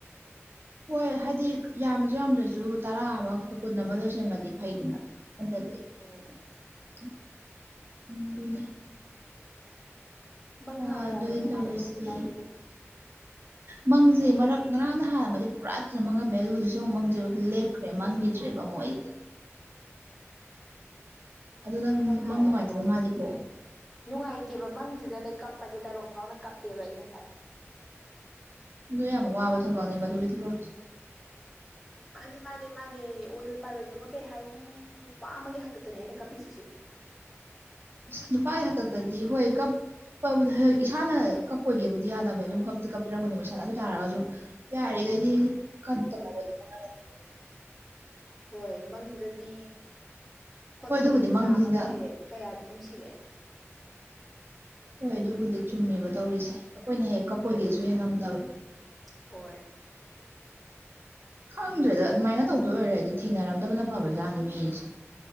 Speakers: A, on the right; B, in the centre.
A: ꯍꯣꯏ ꯍꯥꯏꯗꯤ ꯌꯥꯝꯃꯁꯨ ꯌꯥꯝꯗ꯭ꯔꯁꯨ ꯇꯔꯥ ꯑꯃ ꯀꯨꯟ ꯑꯃ ꯂꯣꯏꯁꯟꯒ꯭ꯔꯗꯤ ꯐꯩꯗꯅ ꯑꯗꯗꯤ
B: ꯎꯝ
A: <inaudible>
B: ꯃꯪꯍꯥꯒ
A: ꯑ ꯑꯗꯨꯅꯤ
B: ꯌꯥꯝꯅ ꯅꯨꯡꯉꯥꯏꯕ꯭ꯔꯣ
A: ꯇꯧꯔꯤꯁꯦ
B: ꯍꯧꯖꯤꯛꯀꯥꯟꯁꯤꯕꯨ
A: ꯃꯪꯁꯦ ꯃꯔꯛ ꯉꯔꯥꯡꯅ ꯍꯥꯟꯅꯃꯗꯤ ꯄꯨꯔꯥ ꯐꯖꯅ ꯃꯥꯡꯉꯝꯃꯦ ꯑꯗꯨ ꯍꯧꯖꯤꯛꯁꯦ ꯑꯃꯨꯛ ꯃꯪꯁꯦ ꯂꯦꯞꯈ꯭ꯔꯦ ꯃꯪꯈꯤꯗ꯭ꯔꯦꯕ ꯑꯃꯨꯛ ꯑꯩꯁꯦ ꯑꯗꯨ ꯅꯪ
B: ꯃꯪꯍꯥ
A: ꯃꯪ ꯅꯨꯡꯉꯥꯏꯇꯕ
B: ꯌꯥꯝ ꯅꯨꯡꯉꯥꯏꯇꯦ
A: ꯃꯥꯜꯂꯤꯀꯣ
B: ꯅꯨꯡꯉꯥꯏꯇꯦꯕ ꯃꯪꯁꯤꯗꯅꯦ ꯀꯞꯄꯁꯦ ꯇꯥꯏꯕꯪ ꯐꯥꯎꯅ ꯀꯞꯄꯦꯕ ꯑꯩ ꯉꯁꯥꯏ
A: ꯑꯗꯨ ꯌꯥꯝ ꯋꯥꯕ ꯊꯕꯛꯅꯦ ꯃꯗꯨꯗ ꯊꯤꯂ‌ꯣ
B: ꯃꯥꯅꯦ ꯃꯥꯅꯦ ꯃꯥꯅꯦ ꯑꯣꯏꯔꯣꯏ ꯄꯥꯔꯣꯏꯗꯕ ꯀꯩ ꯍꯥꯏꯅꯤ ꯅꯨꯄꯥ ꯑꯃꯒꯤ ꯍꯥꯛꯇꯛꯇꯅꯦ ꯑꯩꯅ ꯀꯞꯄꯤꯁꯤꯁꯨ
A: ꯅꯨꯄꯥꯒꯤ ꯍꯥꯠꯇꯛ ꯇꯗꯤ ꯍꯣꯏ ꯀꯞ ꯀ ꯍ <unintelligible> ꯏꯁꯥꯅ ꯀꯞꯄꯣꯏꯒꯦꯕꯨꯗꯤ ꯌꯥꯗꯕ ꯑꯗꯨꯝ ꯀꯞꯇꯤ ꯀꯞꯄꯤꯔꯝꯄꯅꯦ ꯃꯁꯥꯗ ꯑꯗꯨ ꯇꯥꯔꯒꯁꯨ ꯌꯥꯔꯤꯒꯩꯗꯤ ꯀꯞꯇꯅꯕꯗꯤ ꯍꯣꯠꯅꯒꯗꯕꯅꯦ
B: ꯍꯣꯏ ꯃꯪꯗꯨꯗꯗꯤ ꯐꯣꯇꯣꯗ
A: ꯍꯣꯏ ꯑꯗꯨꯕꯨꯗꯤ
B: ꯍꯦꯛ
A: ꯃꯪꯅꯤꯅ
B: ꯆꯥꯝꯃꯒ ꯂꯩꯔꯦ ꯀꯌꯥꯗꯤ ꯅꯨꯡꯁꯤꯔꯦ
A: ꯍꯣꯏ ꯑꯗꯨꯕꯨꯗꯤ ꯆꯨꯝꯃꯦꯕ ꯇꯧꯔꯤꯁꯦ ꯑꯩꯈꯣꯏꯅ ꯍꯦꯛ ꯀꯞꯄꯣꯏꯒ‌ꯦꯁꯨ ꯍ‌ꯦꯠ ꯉꯝꯗꯕ
B: ꯍꯣꯏ
A: ꯈꯪꯗ꯭ꯔꯦꯗ ꯑꯗꯨꯃꯥꯏꯅ ꯇꯧꯗꯣꯏ ꯑꯣꯏꯔꯦꯗꯤ ꯊꯦꯡꯅꯔꯝꯗꯕꯅ ꯐꯕꯖꯥꯠꯅꯤ ꯃꯤꯁꯦ